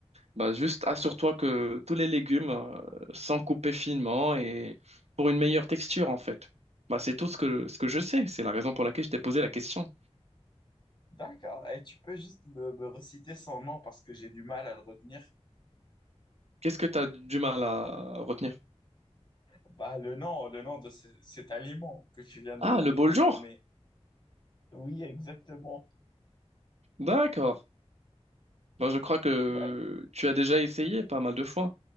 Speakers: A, on the right; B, on the left.
A: Bah, juste assure-toi que tous les légumes euh, sont coupés finement et pour une meilleure texture en fait. Bah, c'est tout ce que, ce que je sais. C'est la raison pour laquelle je t'ai posé la question.
B: D'accord. Et tu peux juste me, me reciter son nom parce que j'ai du mal à le retenir.
A: Qu'est-ce que tu as du mal à retenir?
B: Bah, le nom, le nom de ce- cet aliment que tu viens de,
A: Ah, le bol
B: de
A: jour.
B: nommer. Oui, exactement.
A: D'accord. Bon, je crois que
B: Bah,
A: tu as déjà essayé pas mal de fois.